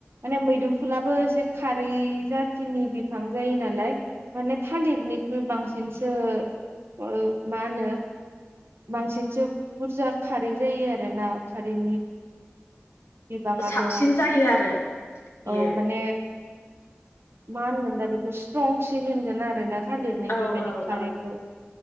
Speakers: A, on the right; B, on the left.
A: माने मैदुफुलाबो एसे खारै जाथिनि बिफां जायो नालाय माने थालिरनिख्रुइ बांसिनसो ओ माहोनो बांसिनसो बुरजा खारै जायो आरोना खारैनि बिबाङा
B: साबसिन
A: बेवहाय
B: जायो आरो बियो
A: औ माने मा होनगोन दा बेखौ स्ट्रंसिन होनगोन आरोना। थालिरनायनिख्रुइ
B: औ
A: बेनि
B: औ
A: खारैखौ
B: औ